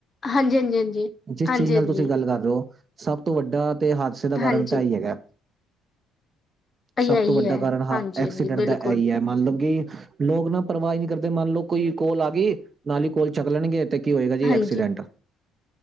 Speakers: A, on the left; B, on the right.
A: ਹਾਂਜੀ ਹਾਂਜੀ
B: ਜਿਸ
A: ਹਾਂਜੀ
B: ਚੀਜ਼ ਨਾਲ
A: ਹਾਂਜੀ
B: ਤੁਸੀਂ ਗੱਲ ਕਰ ਰਹੇ ਹੋ। ਸਭ ਤੋਂ ਵੱਡਾ ਤੇ ਹਾਦਸੇ ਦਾ
A: ਹਾਂਜੀ
B: ਕਾਰਨ ਤਾਂ ਹੀ
A: ਹਾਂਜੀ
B: ਹੈਗਾ।
A: ਇਹੀ
B: ਸਭ
A: ਇਹੀ
B: ਤੋਂ ਵੱਡਾ
A: ਹੈ
B: ਕਾਰਨ ਹਾਂ
A: ਹਾਂਜੀ
B: ਐਕਸੀਡੈਂਟ
A: ਹਾਂਜੀ ਬਿਲਕੁਲ
B: ਦਾ ਐ ਹੀ। ਮੰਨਲਓ ਕਿ ਲੋਕ ਨਾ ਪਰਵਾਹ ਨਹੀਂ ਕਰਦੇ, ਮੰਨਲਓ ਕੋਈ ਕੋਲ ਆ ਗਈ ਨਾਲ ਹੀ ਕੋਲ ਚੈੱਕ ਲੈਣਗੇ ਤੇ ਕੀ ਹੋਏਗਾ ਜੀ
A: ਹਾਂਜੀ
B: ਐਕਸੀਡੈਂਟ,